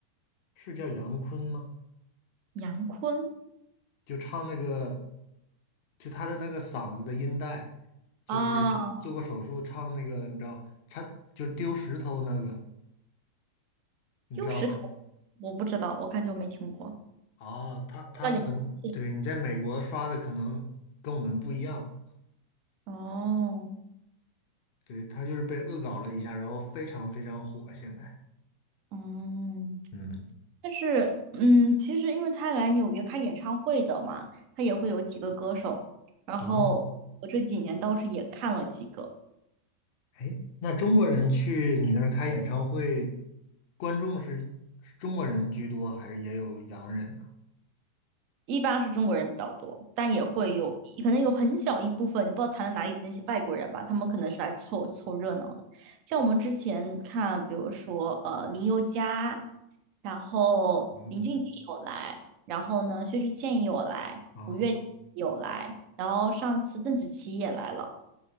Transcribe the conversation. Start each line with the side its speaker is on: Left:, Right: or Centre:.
Left: 是叫杨坤吗？
Right: 杨坤
Left: 就唱那个，就他的那个嗓子的音带，就是做过手术唱那个，
Right: 啊，
Left: 你知道，他就丢石头那个，你知道吗？
Right: 丢石头，我不知道，我感觉我没听过。
Left: 啊，他他可能对你在美国刷的可能跟我们不一样，
Right: 叫杨坤是谁哦，
Left: 对，他就是被恶搞了一下，然后非常非常火现在。
Right: 嗯，
Left: 嗯。
Right: 但是嗯，其实因为他来纽约开演唱会的嘛，他也会有几个歌手，然后我这几年倒是也看了几个。
Left: 哦，哎，那中国人去你那儿开演唱会，观众是是中国人居多，还是也有洋人呢？
Right: 一般是中国人比较多，但也会有，可能有很小一部分，你不知道藏在哪里的那些外国人吧，他们可能是来凑凑热闹的。像我们之前看，比如说呃林宥嘉，然后林俊杰有来，
Left: 哦，
Right: 然后呢薛之谦也有来，
Left: 哦，
Right: 五月天也有来，然后上次邓紫棋也来了，